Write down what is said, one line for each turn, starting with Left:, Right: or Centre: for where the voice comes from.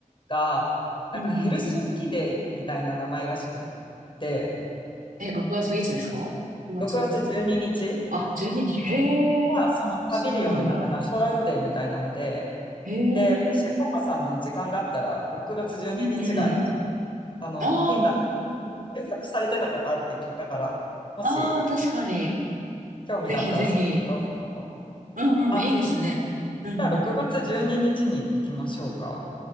Left: が、なんかヘルシンキデーみたいな名前らしくっ
Right: うんうんうん
Left: て、
Right: え、6月いつですか ?6 月。
Left: 6月12日
Right: あ、12日。へえ。
Left: はそのパビリオンのなんかナショナルデーみたいなので、
Right: そうなんだ。へえ。
Left: で、もし、ココさんの時間があったら、6月12日が、
Right: うんうん。
Left: あの、
Right: あ
Left: フィンランド検索されてたことあるって聞いたから、もし、
Right: あ。ああ、確かに。
Left: 興味があったら、
Right: ぜひぜひ。
Left: そうだろうかなと。
Right: うんうん。
Left: あ、
Right: いいですね。うんうん。
Left: じゃあ、6月12日ににちに行きましょうか。